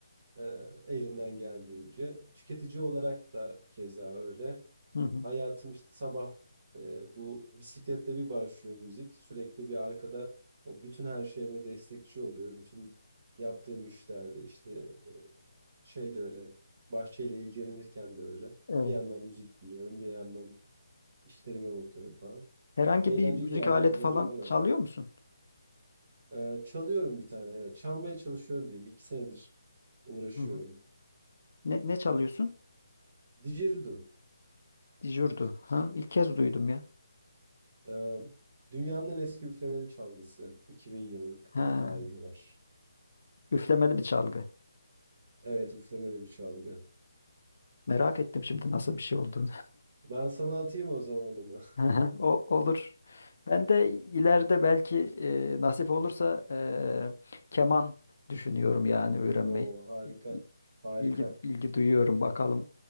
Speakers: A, on the right; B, on the left.
A: E, elimden geldiğince. Tüketici olarak da keza öyle.
B: Hı hı.
A: Hayatım işte sabah e, bu bisikletle bir başlıyor müzik. Sürekli bir arkada o bütün her şeyime destekçi oluyor. Bütün yaptığım işlerde işte şey de öyle. Bahçeyle ilgilenirken de öyle.
B: Evet.
A: Bir yandan müzik dinliyorum, bir yandan işlerime bakıyorum falan.
B: Herhangi
A: Eğlenceli
B: bir müzik
A: yardımcı
B: aleti falan
A: oluyor bana.
B: çalıyor musun?
A: Ee, çalıyorum bir tane evet. Çalmaya çalışıyorum diyeyim. İki senedir uğraşıyorum.
B: Hı hı. Ne, ne çalıyorsun?
A: Didgeridoo.
B: Dijurdu. Ha, ilk kez duydum ya.
A: Ee, dünyanın en eski üflemeli çalgısı. 2000 yıllık
B: Ha,
A: bir tarihi var.
B: üflemeli bir çalgı.
A: Evet üflemeli bir çalgı.
B: Merak ettim şimdi nasıl bir şey olduğunu.
A: Ben sana atayım o zaman onu.
B: <laughs> Hı hı, O olur. Ben de ileride belki e, nasip olursa e, keman düşünüyorum yani
A: <laughs>
B: öğrenmeyi.
A: Oo harika.
B: İ-
A: Harika.
B: İlgi ilgi duyuyorum bakalım.